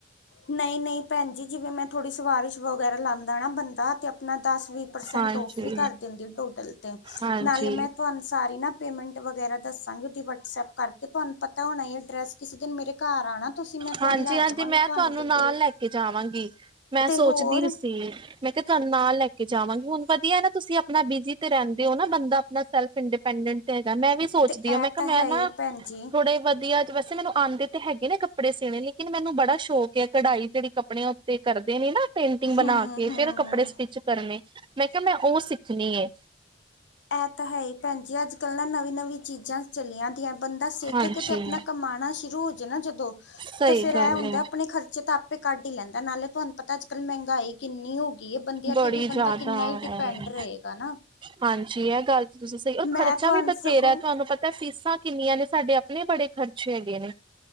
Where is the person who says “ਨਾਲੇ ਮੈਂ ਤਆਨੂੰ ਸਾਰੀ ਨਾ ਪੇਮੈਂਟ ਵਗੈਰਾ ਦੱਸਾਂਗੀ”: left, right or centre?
Left